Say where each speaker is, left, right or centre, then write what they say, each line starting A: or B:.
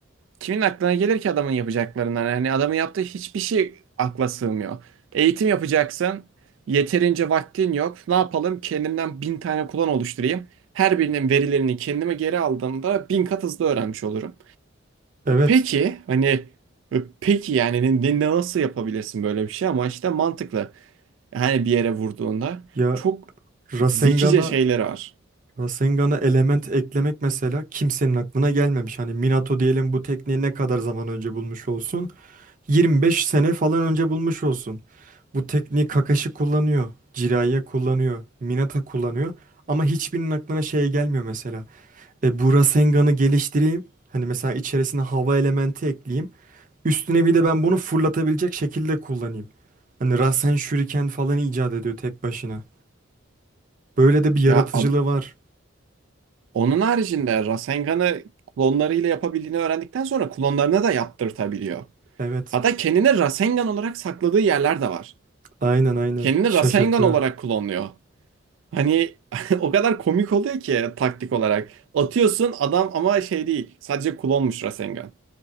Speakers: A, on the right (about 70°); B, on the right (about 45°).
A: Kimin aklına gelir ki adamın yapacaklarından? Hani adamın yaptığı hiçbir şey akla sığmıyor. Eğitim yapacaksın. Yeterince vaktin yok. Ne yapalım? Kendimden bin tane kullan oluşturayım. Her birinin verilerini kendime geri aldığımda bin kat hızlı öğrenmiş olurum.
B: Evet.
A: Peki hani e, peki yani ne, ne- ne- nasıl yapabilirsin böyle bir şey ama işte mantıklı. Hani bir yere vurduğunda
B: Ya
A: çok
B: Rasengan'a
A: zekice şeyleri var.
B: Rasengan'a element eklemek mesela kimsenin aklına gelmemiş. Hani Minato diyelim bu tekniği ne kadar zaman önce bulmuş olsun? 25 sene falan önce bulmuş olsun. Bu tekniği Kakashi kullanıyor, Jiraiya kullanıyor, Minato kullanıyor ama hiçbirinin aklına şey gelmiyor mesela. E bu Rasengan'ı geliştireyim. Hani mesela içerisine hava elementi ekleyeyim. Üstüne bir de ben bunu fırlatabilecek şekilde kullanayım. Hani Rasen Shuriken falan icat ediyor tek başına. Böyle de bir yaratıcılığı
A: Ya a-
B: var.
A: onun haricinde Rasengan'ı klonlarıyla yapabildiğini öğrendikten sonra klonlarına da yaptırtabiliyor.
B: Evet.
A: Hatta kendini Rasengan olarak sakladığı yerler de var.
B: Aynen aynen
A: Kendini
B: şaşırtıyor.
A: Rasengan olarak klonluyor. Hani <laughs> o kadar komik oluyor ki taktik olarak. Atıyorsun adam ama şey değil. Sadece klonmuş Rasengan.